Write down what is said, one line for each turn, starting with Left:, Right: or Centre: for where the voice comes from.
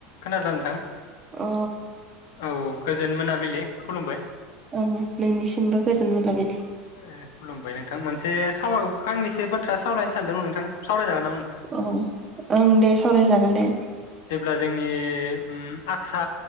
Left: खोनादों नोथां?
Right: अ
Left: औ। गोजोन मोनाबिलि खुलुमबाय।
Right: औ नोंनिसिमबो गोजोन मोनाबिलि।
Left: ओ खुलुमबाय नोंथां मोनसे साव फांनैसो बाथ्रा सावरायायनो सानदोंमोन नोंथां सावरायजागोन नामा? नोंथां
Right: औ ओं दे सावरायजागोन दे।
Left: अब्ला जोंनि उम आसा